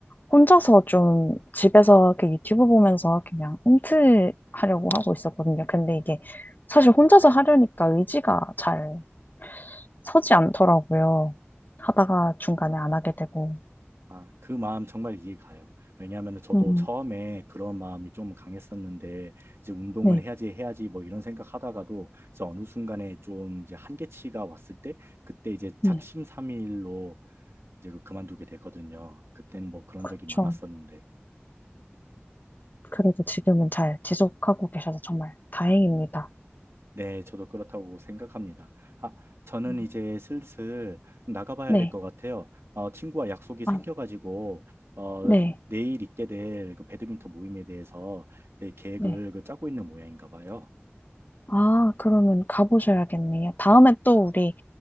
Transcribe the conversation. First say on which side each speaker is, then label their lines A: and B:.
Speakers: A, on the left (about 45°); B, on the right (about 75°).
A: 혼자서 좀 집에서 이렇게 유튜브 보면서 그냥 움트하려고 하고 있었거든요. 근데 이게 사실 혼자서 하려니까 의지가 잘 서지 않더라고요. 하다가 중간에 안 하게 되고.
B: 아, 그 마음 정말 이해가요. 왜냐하면 저도
A: 음,
B: 처음에 그런 마음이 좀 강했었는데 이제 운동을
A: 네,
B: 해야지 해야지 뭐 이런 생각하다가도 이제 어느 순간에 좀 이제 한계치가 왔을 때 그때 이제
A: 네.
B: 작심삼일로 이제 그만두게 되거든요. 그땐 뭐 그런
A: 그렇죠.
B: 적이 많았었는데
A: 그래도 지금은 잘 지속하고 계셔서 정말 다행입니다.
B: 네, 저도 그렇다고 생각합니다. 아, 저는
A: 음,
B: 이제 슬슬 나가봐야
A: 네.
B: 될 것 같아요. 어, 친구와 약속이 생겨가지고
A: 아,
B: 어,
A: 네.
B: 네, 내일 있게 될 그 배드민턴 모임에 대해서 네, 계획을
A: 네.
B: 그 짜고 있는 모양인가 봐요.
A: 아, 그러면 가보셔야겠네요. 다음에 또 우리